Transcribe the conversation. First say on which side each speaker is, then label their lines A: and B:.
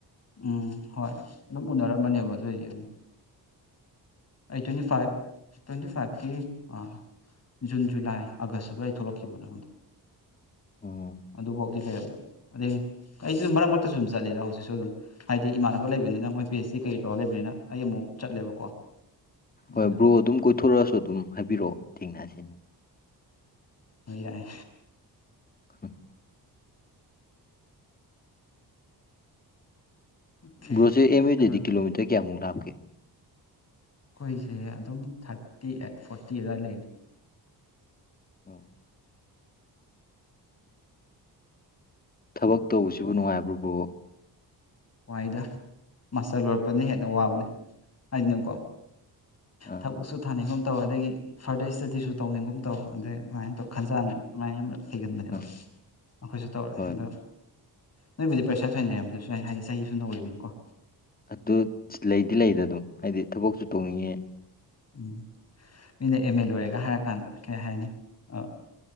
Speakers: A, on the left; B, on the left.
A: ꯎꯝ ꯍꯣꯏ ꯑꯗꯨꯝ ꯎꯅꯔꯝꯕꯅꯦꯕ ꯑꯗꯨꯑꯣꯏꯗꯤ ꯑꯗꯨꯝ ꯑꯩ ꯇ꯭ꯋꯦꯟꯇꯤ ꯐꯥꯏꯚ ꯇ꯭ꯋꯦꯟꯇꯤ ꯐꯥꯏꯚꯀꯤ ꯑ ꯖꯨꯟ ꯖꯨꯂꯥꯏ ꯑꯥꯒꯁꯇꯨ ꯑꯗꯨ ꯑꯩ ꯊꯣꯛꯂꯛꯈꯤꯕꯅꯦ
B: ꯎꯝ
A: ꯑꯗꯨꯐꯥꯎꯗꯤ ꯂꯩꯔꯝꯃꯦꯕ ꯑꯗ ꯑꯩꯁꯨ ꯑꯗꯨꯝ ꯃꯔꯛ ꯃꯔꯛꯇꯁꯨ ꯑꯗꯨꯝ ꯆꯠꯂꯤꯗ ꯍꯧꯖꯤꯛꯁꯨ ꯑꯗꯨꯝ ꯍꯥꯏꯗꯤ ꯏꯃꯥꯟꯅꯕ ꯂꯩꯕꯅꯤꯅ ꯃꯣꯏ ꯄꯤ ꯑꯦꯆ ꯁꯤ ꯀꯩ ꯇꯧꯍꯂꯒꯦ ꯂꯩꯕꯅꯤꯅ ꯑꯩ ꯑꯃꯨꯛ ꯆꯠꯂꯦꯕꯀꯣ
B: ꯍꯣꯏ
A: ꯑꯗꯣ
B: ꯕ꯭ꯔꯣ ꯑꯗꯨꯝ ꯀꯣꯏꯊꯣꯔꯛꯑꯁꯨ ꯑꯗꯨꯝ ꯍꯥꯏꯕꯤꯔꯛꯑꯣ ꯊꯦꯡꯅꯔꯁꯦ
A: ꯑꯣꯏ ꯌꯥꯏ
B: <inaudible>
A: ꯀꯩꯅꯣ
B: ꯕ꯭ꯔꯣꯁꯦ ꯑꯦꯝ ꯑꯦ ꯗꯗꯤ ꯀꯤꯂꯣꯃꯤꯇꯔ ꯀꯌꯥꯃꯨꯛ ꯂꯥꯞꯒꯦ
A: ꯑꯩꯈꯣꯏꯁꯦ ꯑꯗꯨꯝ ꯊꯥꯔꯇꯤ ꯑꯦꯠ ꯐꯣꯔꯇꯤ ꯑꯗꯨꯋꯥꯏ ꯂꯩꯅꯤ
B: ꯎꯝ ꯊꯕꯛ ꯇꯧꯕꯁꯤꯕꯨ ꯅꯨꯡꯉꯥꯏꯕ꯭ꯔꯕ꯭ꯔꯣ
A: ꯋꯥꯏꯗ ꯃꯁꯜ ꯂꯣꯏꯔꯛꯄꯅ ꯍꯦꯟꯅ ꯋꯥꯕꯅꯦ ꯍꯥꯏꯗꯅꯀꯣ
B: ꯑꯥ
A: ꯊꯕꯛꯁꯨ ꯊꯥꯅꯤꯡꯒꯨꯝ ꯇꯧ ꯑꯗꯒꯤ ꯐꯔꯗꯔ ꯏꯁꯇꯗꯤꯁꯨ ꯇꯧꯅꯤꯡꯒꯨꯝ ꯇꯧ ꯑꯗꯩ ꯑꯗꯨꯃꯥꯏꯅ ꯇꯧ ꯈꯟꯖꯥꯅ ꯑꯗꯨꯃꯥꯏꯅ ꯍꯩꯒꯟꯕꯅꯦꯕ
B: ꯎꯝ
A: ꯑꯩꯈꯣꯏꯁꯨ ꯇꯧꯔꯦ
B: ꯍꯣꯏ
A: ꯑꯗꯣ ꯅꯣꯏꯕꯨꯗꯤ ꯄ꯭ꯔꯦꯁꯔ ꯊꯣꯏꯅ ꯂꯩꯔꯝꯗꯁꯨ ꯍꯥꯏꯗꯤ ꯆꯍꯤꯁꯨ ꯅꯧꯔꯤꯕꯅꯤꯀꯣ
B: ꯑꯗꯨ ꯂꯩꯗꯤ ꯂꯩꯗ ꯑꯗꯨꯝ ꯍꯥꯏꯗꯤ ꯊꯕꯛꯁꯨ ꯇꯧꯅꯤꯡꯉꯦ
A: ꯎꯝ ꯃꯤꯅ ꯑꯦꯝ ꯑꯦ ꯂꯣꯏꯔꯒ ꯍꯥꯏꯔꯀꯥꯟꯗ ꯀꯩ ꯍꯥꯏꯅꯤ ꯑ